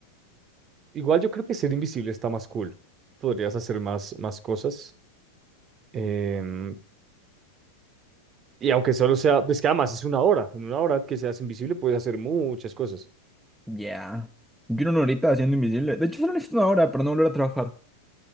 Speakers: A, on the right (about 30°); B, in the centre.
A: igual yo creo que ser invisible está más cool. Podrías hacer más, más cosas. Em, y aunque solo sea, pues que además es una hora. En una hora que seas invisible puedes hacer muchas cosas.
B: ya. Yo una horita haciendo invisible. De hecho, solo necesito una hora para no volver a trabajar.